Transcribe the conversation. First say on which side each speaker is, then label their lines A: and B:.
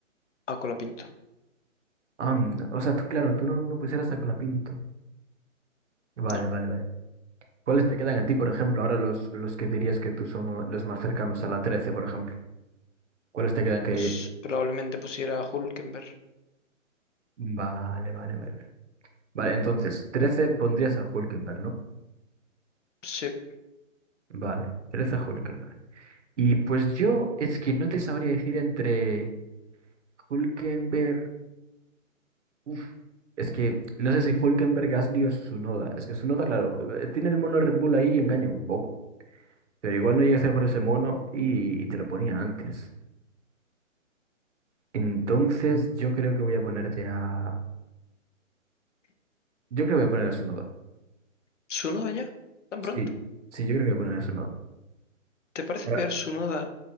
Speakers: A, on the left; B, on the right.
A: a Colapinto.
B: Ah, mm, o sea, tú, claro, tú no, no pusieras a Colapinto. Vale,
A: No,
B: vale, vale. ¿Cuáles te quedan a ti, por ejemplo? Ahora los, los que dirías que tú son los más cercanos a la 13 por ejemplo. ¿Cuáles te quedan que...
A: pues probablemente pusiera a Hulkenberg.
B: Vale, vale, vale. Vale, Vale, entonces, 13 pondrías a Hulkenberg, ¿no?
A: Se,
B: Vale, 13 a Hulkenberg. Y pues yo es que no te sabría decir entre Hulkenberg... Uf, es que no sé si Hulkenberg, Gasly o Tsunoda. Es que Tsunoda, claro, eh, tiene el mono Red Bull ahí y engaña un poco. Pero igual no llega a ser por ese mono y, y te lo ponía antes. Entonces, yo creo que voy a ponerte a. Yo creo que voy a poner a Sunoda.
A: Tsunoda ya, tan pronto.
B: Sí, sí, yo creo que voy a poner a Sunoda.
A: ¿Te parece
B: Ahora,
A: peor Tsunoda